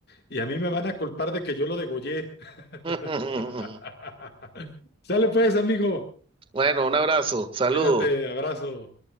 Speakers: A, on the left; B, on the right.
A: y a mí me van a culpar de que yo lo degollé. <laughs>
B: <laughs>
A: Sale pues, amigo.
B: Bueno, un abrazo, saludos.
A: Cuídate, abrazo.